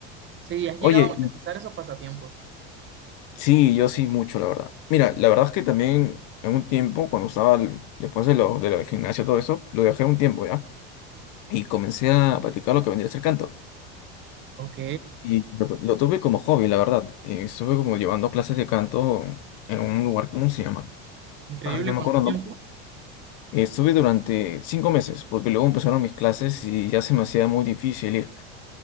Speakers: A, on the right (about 35°); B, on the left (about 65°).
A: Sí, has llegado
B: Oye,
A: a monetizar
B: y-
A: esos pasatiempos.
B: sí, yo sí mucho, la verdad. Mira, la verdad es que también en un tiempo, cuando estaba, l- después de lo, de lo del gimnasio, todo eso, lo dejé un tiempo, ¿ya? Y comencé a practicar lo que vendría a ser canto.
A: Ok,
B: Y lo, tu- lo tuve como hobby, la verdad. Eh, estuve como llevando clases de canto en un lugar, ¿cómo se llama?
A: increíble
B: Ay, no me
A: cuánto
B: acuerdo el
A: tiempo.
B: nombre. Eh, Estuve durante cinco meses, porque luego empezaron mis clases y ya se me hacía muy difícil ir.